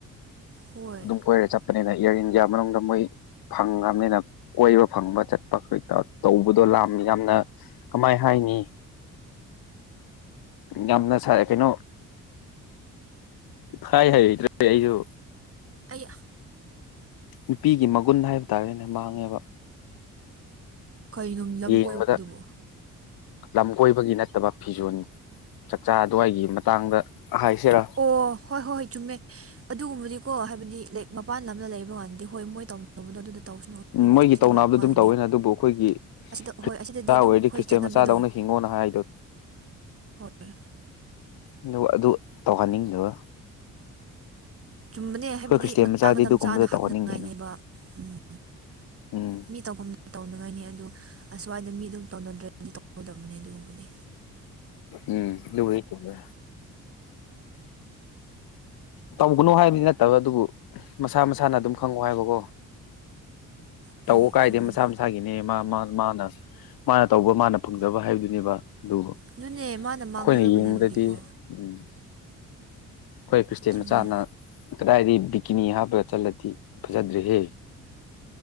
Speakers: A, on the right; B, on the left.
A: ꯍꯣꯏ
B: ꯑꯗꯨꯝ ꯀꯣꯏꯔꯦ ꯆꯠꯄꯅꯤꯅ ꯏꯌꯥꯔ ꯏꯟꯗꯤꯌꯥ ꯃꯅꯨꯡꯗ ꯃꯣꯏ ꯐꯪꯉ꯭ꯔꯕꯅꯤꯅ ꯀꯣꯏꯕ ꯐꯪꯕ ꯆꯠꯄ ꯈꯛꯇ ꯇꯧꯕꯗꯣ ꯂꯥꯛ ꯌꯥꯝꯅ ꯀꯃꯥꯏ ꯍꯥꯏꯅꯤ꯫ ꯌꯥꯝꯅ ꯁꯥꯏ ꯀꯩꯅꯣ ꯍꯥꯏ ꯍꯩꯩꯇ꯭ꯔꯦ ꯑꯩꯁꯨ
A: ꯑꯌꯥ
B: ꯅꯨꯄꯤꯒꯤ ꯃꯒꯨꯟ ꯍꯥꯏꯕ ꯇꯥꯔꯦꯅꯦ ꯃꯥꯡꯉꯦꯕ
A: ꯀꯩꯅꯨꯡꯒꯤ ꯂꯝ
B: ꯌꯦꯡꯕꯗ
A: ꯀꯣꯏꯕꯗꯨꯕꯨ
B: ꯂꯝ ꯀꯣꯏꯕꯒꯤ ꯅꯠꯇꯕ ꯐꯤꯖꯣꯜ ꯆꯥꯛꯆꯥ ꯑꯗꯨꯋꯥꯏꯒꯤ ꯃꯇꯥꯡꯗ ꯍꯥꯏꯁꯤꯔꯥ
A: ꯑꯣ ꯍꯣꯏ ꯍꯣꯏ ꯆꯨꯝꯃꯦ꯫ ꯑꯗꯨꯒꯨꯝꯕꯗꯤꯀꯣ ꯍꯥꯏꯕꯗꯤ ꯂꯥꯏꯛ ꯃꯄꯥꯟ ꯂꯝꯅ ꯂꯩꯕ ꯀꯥꯟꯗꯗꯤ ꯍꯣꯏ ꯃꯣꯏ ꯇꯧꯅꯕꯗꯣ ꯑꯗꯨꯗ ꯇꯧꯁꯅꯣ
B: ꯃꯣꯏꯒꯤ
A: ꯑꯗꯨꯕꯨ ꯁꯤꯗ
B: ꯇꯧꯅꯕꯗꯣ
A: ꯂꯥꯛꯄ ꯀꯥꯟꯗꯗꯤ꯫
B: ꯑꯗꯨꯝ ꯇꯧꯋꯤꯅ ꯑꯗꯨꯕꯨ ꯑꯩꯈꯣꯏꯒꯤ
A: ꯑꯁꯤꯗ ꯍꯣꯏ ꯑꯁꯤꯗꯗꯤ
B: ꯃꯆꯥ
A: ꯑꯗꯨꯝ
B: ꯑꯣꯏꯔꯗꯤ
A: ꯑꯩꯈꯣꯏ
B: ꯈ꯭ꯔꯤꯁꯇꯦꯟ
A: ꯆꯠꯅꯕꯤꯗꯣ
B: ꯃꯆꯥꯗꯧꯅ ꯍꯤꯡꯉꯣꯅ ꯍꯥꯏꯗꯣ
A: ꯍꯣꯏ꯫
B: ꯑꯗꯨ ꯑꯗꯨ ꯇꯧꯍꯟꯅꯤꯡꯗꯕ
A: ꯆꯨꯝꯕꯅꯦ
B: ꯑꯩꯈꯣꯏ
A: ꯍꯥꯏꯕꯗꯤ
B: ꯈ꯭ꯔꯤꯁꯇꯦꯟ
A: ꯃꯇꯝ
B: ꯃꯆꯥꯗꯤ
A: ꯃꯇꯝ
B: ꯑꯗꯨꯒꯨꯝꯕꯗꯣ
A: ꯆꯥꯅ ꯍꯥꯞꯅꯉꯥꯏꯅꯦꯕ
B: ꯇꯧꯍꯟꯅꯤꯡꯗꯦꯅ
A: ꯎꯝ
B: ꯎꯝ
A: ꯃꯤꯠ ꯇꯧꯐꯝꯅ ꯇꯧꯅꯉꯥꯏꯅꯤ ꯑꯗꯨ ꯑꯁ꯭ꯋꯥꯏꯗ ꯃꯤ ꯑꯗꯨꯝ ꯇꯧꯅꯗ꯭ꯔꯗꯤ ꯇꯧꯒꯗꯕꯅꯦ ꯑꯗꯨꯒꯨꯝꯕꯗꯤ
B: ꯎꯝ ꯑꯗꯨꯕꯨꯗꯤ ꯆꯨꯝꯃꯦ꯫ ꯇꯧꯒꯅꯣ ꯍꯥꯏꯕꯗꯤ ꯅꯠꯇꯕ ꯑꯗꯨꯕꯨ ꯃꯁꯥ ꯃꯁꯥꯅ ꯑꯗꯨꯝ ꯈꯪꯉꯣ ꯍꯥꯏꯕꯀꯣ
A: ꯍꯣꯏ
B: ꯇꯧꯕ ꯀꯥꯏꯗꯦ
A: ꯆꯨꯝꯃꯦ
B: ꯃꯆꯥ ꯃꯁꯥꯒꯤꯅꯦ ꯃꯥ ꯃꯥ ꯃꯥꯅ ꯃꯥꯅ ꯇꯧꯕ ꯃꯥꯅ ꯐꯪꯖꯕ ꯍꯥꯏꯕꯗꯨꯅꯦꯕ ꯑꯗꯨꯕꯨ
A: ꯑꯗꯨꯅꯦ ꯃꯥꯅ ꯃꯥꯡꯖꯕꯅꯦ
B: ꯑꯩꯈꯣꯏꯅ ꯌꯦꯡꯕꯗꯗꯤ
A: ꯑꯗꯨꯗꯤꯀꯣ
B: ꯎꯝ ꯑꯩꯈꯣꯏ ꯈ꯭ꯔꯤꯁꯇꯦꯟ
A: ꯆꯨꯝꯃꯦ
B: ꯃꯆꯥꯅ ꯀꯗꯥꯏꯗ ꯕꯤꯀꯤꯅꯤ ꯍꯥꯞꯄꯒ ꯆꯠꯂꯗꯤ ꯐꯖꯗ꯭ꯔꯦꯍꯦ